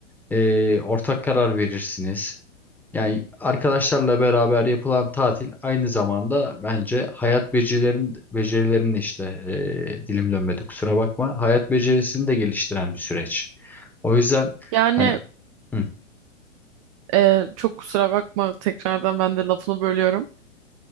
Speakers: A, in the centre; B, on the right.
A: e, ortak karar verirsiniz. Yani arkadaşlarla beraber yapılan tatil aynı zamanda bence hayat becerilerin becerilerin işte e, dilim dönmedi kusura bakma. Hayat becerisini de geliştiren bir süreç. O yüzden
B: Yani
A: hani hı.
B: e, çok kusura bakma tekrardan ben de lafını bölüyorum.